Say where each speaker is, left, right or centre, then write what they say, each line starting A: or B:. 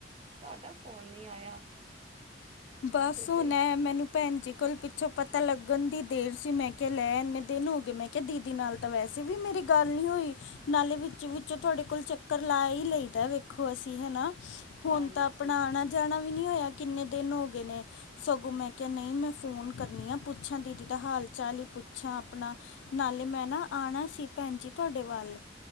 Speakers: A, on the right (about 35°); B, on the left (about 85°).
A: ਤੁਹਾਡਾ ਫੋਨ ਨੀ ਆਇਆ।
B: ਬਸ
A: ਤੁਸੀਂ
B: ਹੁਣ ਹੈ ਮੈਨੂੰ ਭੈਣ ਜੀ ਕੋਲ ਪਤਾ ਲੱਗਣ ਦੀ ਦੇਰ ਸੀ ਮੈਂ ਕਿਹਾ, ਲੈ ਇੰਨੇ ਦਿਨ ਹੋ ਗਏ ਮੈਂ ਕਿਹਾ ਦੀਦੀ ਨਾਲ ਤਾਂ ਵੈਸੇ ਵੀ ਮੇਰੇ ਗੱਲ ਨਹੀਂ ਹੋਈ। ਨਾਲੇ ਵਿੱਚ ਵਿੱਚੋਂ ਤੁਹਾਡੇ ਕੋਲ ਚੱਕਰ ਲਾ ਹੀ ਲਈਦਾ, ਵੇਖੋ ਅਸੀਂ ਹੈਨਾ? ਹੁਣ
A: ਹਾਂਜੀ
B: ਤਾਂ ਆਪਣਾ ਆਣਾ ਜਾਣਾ ਵੀ ਨਹੀਂ ਹੋਇਆ, ਕਿੰਨੇ ਦਿਨ ਹੋ ਗਏ ਨੇ। ਸਗੋਂ ਮੈਂ ਕਿਹਾ ਨਹੀਂ ਮੈਂ ਫੋਨ ਕਰਨੀ ਆ, ਪੁੱਛਾਂ ਦੀਦੀ ਦਾ ਹਾਲ ਚਾਲ ਹੀ ਪੁੱਛਾਂ ਆਪਣਾ ਨਾਲੇ ਮੈਂ ਨਾ ਆਉਣਾ ਸੀ ਭੈਣ ਜੀ ਤੁਹਾਡੇ ਵੱਲ।